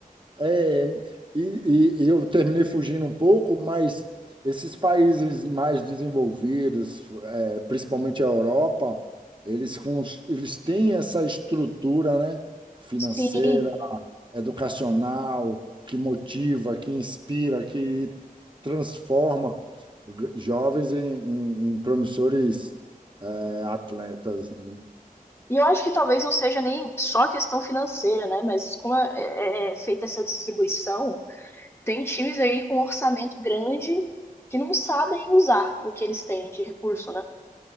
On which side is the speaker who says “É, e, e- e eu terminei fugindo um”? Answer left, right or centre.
Right